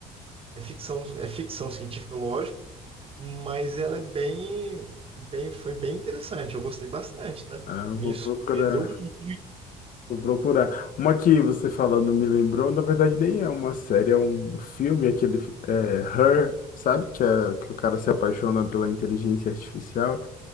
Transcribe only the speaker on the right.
é ficção, é ficção científica, lógico, mas ela é bem, bem, foi bem interessante. Eu gostei bastante, tá?
Me
surpreendeu
muito.